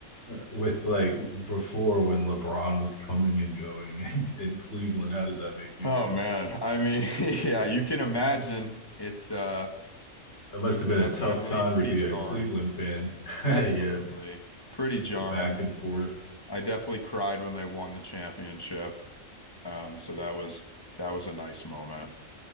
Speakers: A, on the left; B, on the left.
A: uh, with like before when LeBron was coming and going <laughs> in, in Cleveland? How did that make you
B: Oh
A: feel?
B: man, I mean, <laughs> yeah, you can imagine it's uh
A: That must
B: was
A: have
B: definitely
A: been a tough time
B: pretty
A: to be
B: jarring.
A: a Cleveland fan. <laughs> Yeah,
B: Absolutely. Pretty jarring.
A: the back and forth.
B: I definitely cried when they won the championship. Um, so that was that was a nice moment.